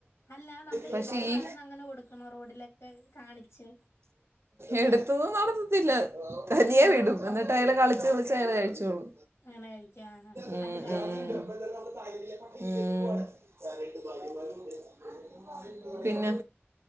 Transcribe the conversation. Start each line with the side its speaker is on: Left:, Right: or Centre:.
Left: അല്ലാ നമ്മള്
Right: പക്ഷെ
Left: എട്ത്ത്
Right: ഈ
Left: നടന്നങ്ങനെ കൊടുക്കണം റോഡിലക്കെ കാണിച്ച്
Right: എടുത്തൊന്നും നടത്തത്തില്ല തനിയേ.
Left: ഉം
Right: വിടും എന്നിട്ടയാള് കളിച്ച് കളിച്ച് അയാള് കഴിച്ചോളും
Left: അങ്ങനെ കഴിക്കാ ആഹ്
Right: ഉം,
Left: അത് കാര്യം
Right: ഉം, ഉം
Left: പിന്നെന്താ
Right: പിന്നെ